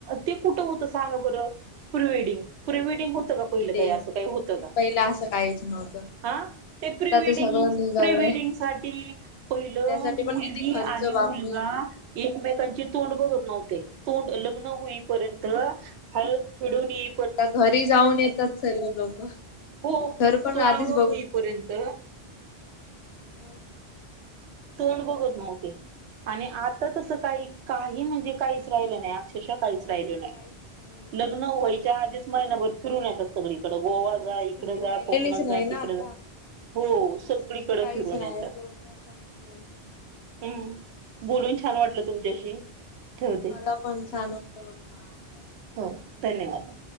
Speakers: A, on the right; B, on the left.
A: ते कुठं होतं सांग बरं प्रिवेडिंग प्रिवेडिंग होत
B: प्री
A: का
B: वेडिंग
A: पहिलं काही असं काही होतं का?
B: पहिला असं काहीच नव्हतं
A: हा ते
B: आता
A: प्रीवेडिंग
B: सगळं निघालंय
A: प्रीवेडिंग साठी पहिलं
B: त्यासाठी पण
A: मुल-
B: किती
A: -गी
B: खर्च
A: आणि
B: बापरे
A: मुलगा एकमेकांची तोंड बघत नव्हते. तोंड लग्न होईपर्यंत हळद फिडून येई
B: आता घरी जाऊन येतात सर्व लोक
A: हो
B: घर पण
A: सोळावं
B: आधीच
A: होईपर्यंत
B: म
A: तोंड बघत नव्हते आणि आता तसं काही काही म्हणजे काहीच राहिलं नाही
B: आता काहीच
A: रा
B: नाही म्हणजे
A: ल्
B: कशाला
A: वच्या आधीच महिभरर सगळीकडं गोवा
B: संस्कृती
A: जा इकडे जा
B: राहिलेलीच
A: कोकणात
B: नाही
A: जा
B: ना
A: तिकडे
B: आता
A: जा हो
B: संस्कृती
A: सगळीकडे
B: काहीच
A: फिरून
B: नाही
A: येतात.
B: पूर्ण संपली
A: हम्म
B: तेच
A: बोलून छान
B: ना
A: वाटलं तुमच्याशी ठेवते
B: मला पण छान वाटलं बोलून हा बाय
A: हो धन्यवाद.